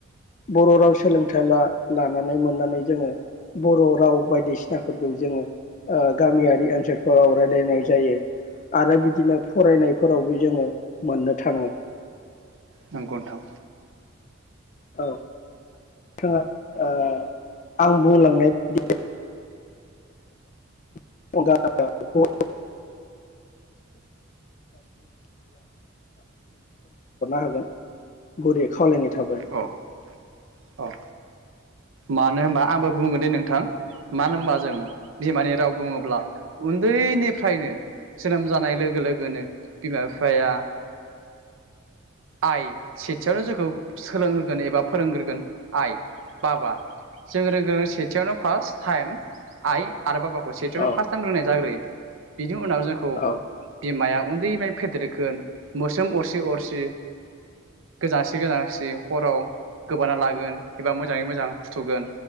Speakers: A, on the left; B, on the right.
A: बर' राव सोलोंथाइ ला लानानै मोननानै जोङो बर' राव बायदिसिनाफोरखौ जोङो ओ गामियारि ओनसोलफोराव रायलायनाय जायो । आरो बिदिनो फरायनायफोरावबो जोङो मोननो थाङो ।
B: नंगौ नोंथां
A: औ थाङा ओ आं बुंलांनाय <unintelligible> <inaudible> हरनो हागोन गुरै खावलायनाय थाबाय ।
B: औ औ मानो ओमबा आंबो बुंगोन दे नोंथां मानो ओमबा जों बिमानि राव बुङोब्ला उन्दैनिफ्रायनो जोनोम जानाय लोगो लोगोनो बिमा बिफाया आइ सेथियावनो जोंखौ सोलोंहोगोन एबा फोरोंग्रोगोन आइ । बाबा जों रोंगोन सेथियावनो फार्स्ट टाइम आइ । आरो बाबाखौ सेथियावनो
A: औ
B: फार्स्ट टाइम रोंनाय जाग्रोयो । बिनि उनाव जोंखौ
A: औ
B: बिमाया उन्दैनिफायनो <unintelligible> मोस्रोम अरसि अरसि गोजांसि गोजांसि हराव गोबाना लागोन एबा मो जाङै मोजां फुथुगोन